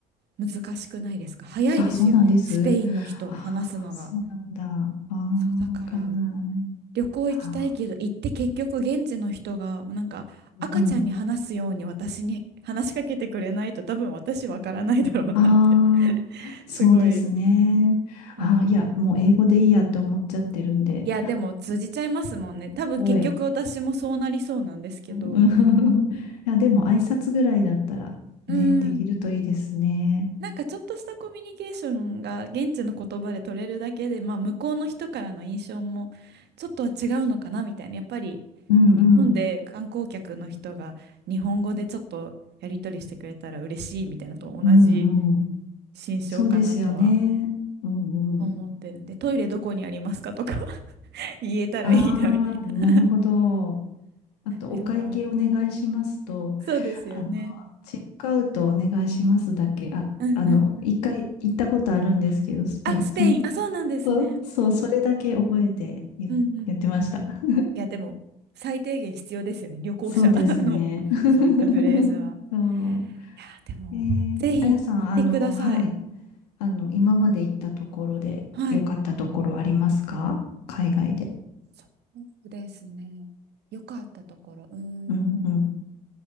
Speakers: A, on the right; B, on the left.
A: 難しくないですか。早いですよね。
B: あ、そうなんです。
A: スペインの人話すのが。
B: ああ、そうなんだ。ああ、
A: そうだから
B: わかんない。
A: 旅行行きたいけど行って結局現地の人がなんか赤ちゃんに話すように私に
B: あー、うん。
A: <laughs> 話しかけてくれないと多分私わからないだろうなって
B: ああ、
A: <laughs>
B: そうですね。
A: すごい思って。
B: ああ、いや、もう英語でいいやって思っちゃってるんで。
A: いやでも通じちゃいますもんね。多分結局私もそうなりそうなんですけど。
B: すごい。うん <laughs> いや、でも挨拶ぐらいだったらね、
A: うん
B: できるといいですね。
A: なんかちょっとしたコミュニケーションが現地の言葉で取れるだけで、まあ、向こうの人からの印象もちょっとは違うのかなみたいなやっぱり
B: うんうん。
A: 日本で観光客の人が日本語でちょっとやり取りしてくれたら嬉しいみたいなのと同じ
B: うんうん。
A: 心象かなとは
B: そうですよね。うんうん。
A: 思ってるんでトイレどこにありますかとかは <laughs> 言えたらいいなみたいな
B: ああ、なるほど。あと、お会計お願いしますと、
A: でもそうですよね
B: あの、チェックアウトお願いしますだけ、あ、
A: うんうんうん
B: あの、一回行ったことあるんですけど、スペイン。
A: あスペインあそうなんですね
B: その、そう、そうそれだけ覚えて言、
A: うんうん
B: 言ってました。<laughs>
A: いや、でも、最低限必要ですよね。旅行者
B: そうですね。
A: <laughs> の、
B: <laughs>
A: そういったフレーズは。
B: そう。
A: いや、でも、
B: えー、
A: ぜひ行ってください。
B: あやさん、あの、はい。あの、今まで行ったところで良かったところありますか海外で。
A: はい。そうですね。良かったところ。うーん。
B: うんうん。
A: う